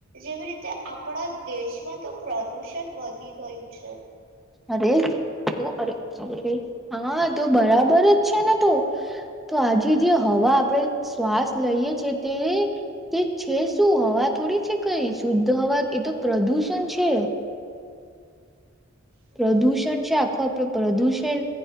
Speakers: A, on the right; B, in the centre.
A: જેવી રીતે આપણા દેશમાં તો પ્રદુષણ વધી ગયું છે.
B: અરેરે હા તો બરાબર જ છે ને તો, તો આજે જે હવા આપણેે શ્વાસ લઈએ છે તે. કે છે શું? હવા થોડી છે કઈ શુદ્ધ હવા એ તો પ્રદૂષણ છે.
A: હમ
B: પ્રદુષણ છે આખો આપડ પ્રદૂષણ